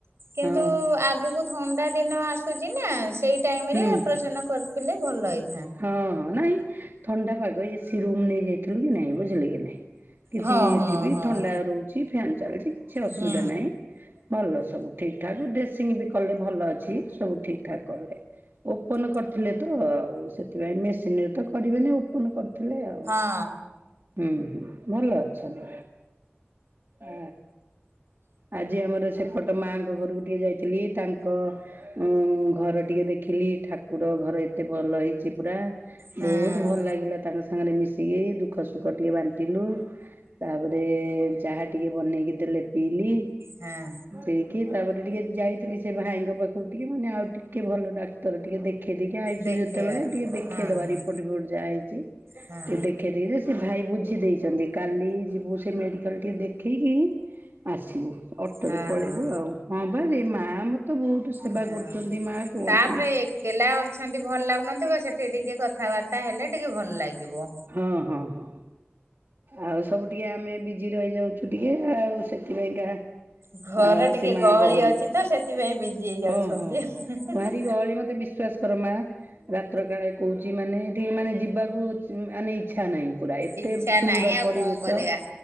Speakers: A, on the right; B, on the right.
A: କିନ୍ତୁ
B: ହଁ
A: ଆଗକୁ ଥଣ୍ଡା ଦିନ ଆସୁଛି ନା ସେଇ ଟାଇମ
B: ହୁଁ।
A: ରେ ଅପରେସନ କରିଥିଲେ ଭଲ ହେଇ
B: ହଁ ହଁ ନାଇଁ ଥଣ୍ଡା ପାଗ ଏସି ରୁମ ନେଇ ଯାଇଥିଲୁ କି ନାଇଁ ବୁଝିଲୁ କି ନାଇଁ?? କିଛି
A: ହଁ ହଁ
B: ଏଠି ବିି
A: ହଁ
B: ଥଣ୍ଡା ରହୁଛି ଫ୍ୟାନ ଚାଲିଛି କିଛି ଅସୁବିଧା
A: ହୁଁ
B: ନାହିଁ। ଭଲ ସବୁ ଠିକ ଠାକ୍ ଡ୍ରେସିଂ ବି କଲେ ଭଲ ଅଛି ସବୁ ଠିକ ଠାକ୍ କଲେ। ଓପନ କରିଥିଲେ ତ ଆଉ ସେଥିପାଇଁ ମେସିନରେ ତ କରିବେନି ଓପନ କରିଥିଲେ ଆଉ
A: ହଁ।
B: ହୁଁ ହୁଁ ଭଲ ଅଛନ୍,। ଆ ଆଜି ଆମର ସେପଟ ମାଙ୍କ ଘରକୁ ଟିକେ ଯାଇଥିଲି ତାଙ୍କ ଉ ଘର ଟିକେ ଦେଖିଲି ଠାକୁର ଘର ଏତେ ଭଲ ହେଇଛି ପୁରା।
A: ହଁ ହଁ
B: ବହୁତ ଭଲ ଲାଗିଲା ତାଙ୍କ ସାଙ୍ଗରେ ମିଶିକି ଦୁଃଖ ସୁଖ ଟିକେ ବାଞ୍ଚ ଲୁ ତାପରେ ଚାହା ଟିକେ ବନେଇକି ଦେଲେ ପିଇଲି।
A: ହଁ।
B: ପିଇକି ତାପରେ ଟିକେ ଯାଇଥିଲି ସେ ଭାଇଙ୍କ ପାଖକୁ ଟିକେ ମାନେ ଆଉ ଟିକେ ଭଲ ଡାକ୍ତର ଟିକେ ଦେଖ ଦେଖେଇଦକି ଆଇଛୁ
A: ଦେଖିବା
B: ଯେତେବେଳେ ଟିକେ ଦେଖେଇଦବା
A: ହଁ ହଁ
B: ରିପୋର୍ଟ ବିିପୋର୍ଟ ଯାହା ହେଇଛି
A: ହଁ
B: ଟିକ ଦେଖେଇ ଦେଇକି ସେ ଭାଇ ବୁଝି ଦେଇଛନ୍ତି କାଲି ଯିବୁ ସେ ମେଡ଼ିକାଲ ଟିକେ ଦେଖାଇକି ଆସିବୁ। ଅଟୋରେ
A: ହଁ
B: ପଳେଇବୁ
A: ହଁ
B: ଆଉ ହଁ ପା ସେ ମା ମତ୍ ତ ବହୁତ ସେବା
A: ହଁ
B: କରୁଛନ୍ତି ମା କୁହନ୍ତୁନି।
A: ତାପରେ ଏକେଲା ଅଛନ୍ତି ଭଲ ଲାଗୁନଥିବ ସେଠି ଟିକେ କଥାବାର୍ତ୍ତା ହେଲେ ଟିକେ ଭଲ ଲାଗିବ।
B: ହଁ ହଁ ହଁ। ଆଉ ସବୁ ଟିକେ ଆମେ ବିଜି ରହିଯାଉଛୁ ଟିକେ ଆଉ ସେଥିପାଇଁକା
A: ଘରେ
B: ଆଉ
A: ଟିକେ
B: ସେ ମାଆଙ୍କ
A: ଗହଳି
B: ଘରକୁ
A: ଅଛି
B: ଯାଇ
A: ତ ସେଥିପାଇଁ ବିଜି ହେଇ ଯାଉଛନ୍ତି।
B: ହଁ ହଁ ଭାରି ଗହଳି ମତେ ବିଶ୍ଵାସ କର ମା ରାତ୍ର କାଳେ କହୁଛି ମାନେ ଏଠି ମାନେ ଯିବାକୁ ମାନେ ଇଛା ନାହିଁ। ପୁରା ଏତେ
A: ଇଚ୍ଛା
B: ସୁନ୍ଦର
A: ନାହିଁ ଆଉ
B: ପରିବେଶ।
A: କଣ କରିବା